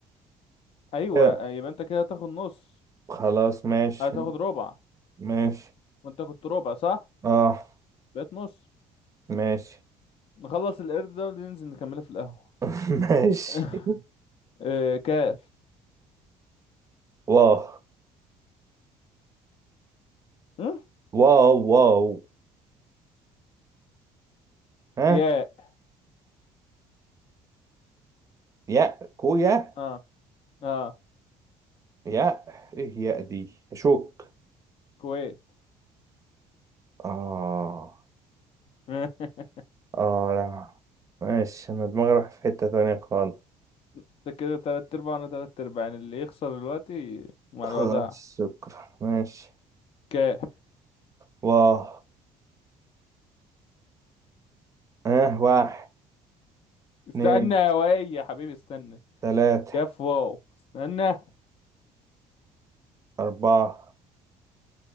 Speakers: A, on the left; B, on the right.
A: ايوه
B: كده
A: يبقى انت كده هتاخد نص
B: خلاص ماشي
A: هتاخد ربع
B: ماشي
A: وانت كنت ربع صح
B: اه
A: بقيت نص
B: ماشي
A: نخلص القرد ده وننزل نكملها في القهوة
B: <laughs> ماشي
A: <laughs> آه كاف
B: واو
A: م?
B: واو واو ها
A: ياء
B: يا كويا
A: اه اه
B: يا ايه يا دي اشك
A: كويت
B: اه
A: <laughs>
B: اه لا ماشي انا دماغي راح في حتة تانية خالص
A: انت كده تلات ارباع وانا تلات ارباع يعني اللي يخسر دلوقتي مع
B: خلاص
A: الوضع
B: شكرا ماشي
A: كاف
B: واه اه واحد
A: استنى
B: اتنين
A: يا وائل يا حبيبي استنى
B: تلاتة
A: كاف واو استنى
B: أربعة